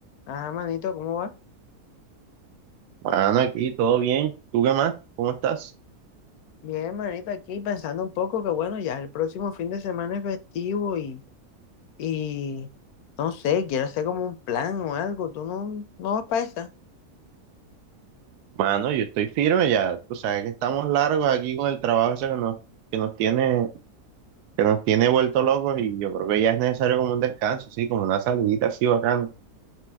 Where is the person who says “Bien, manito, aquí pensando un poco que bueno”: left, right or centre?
Left